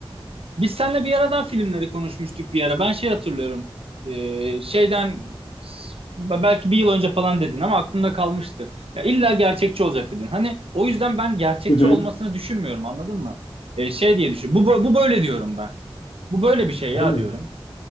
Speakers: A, on the right; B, on the left.
A: biz seninle bir aradan filmleri konuşmuştuk bir ara. Ben şey hatırlıyorum. Ee, şeyden s- belki bir yıl önce falan dedin ama aklımda kalmıştı. Ya illa gerçekçi olacak dedin. Hani o yüzden ben gerçekçi
B: Hı hı.
A: olmasını düşünmüyorum anladın mı? Ee, şey diye düşün. Bu, bö- bu böyle diyorum ben. Bu böyle bir şey ya
B: Aynen.
A: diyorum.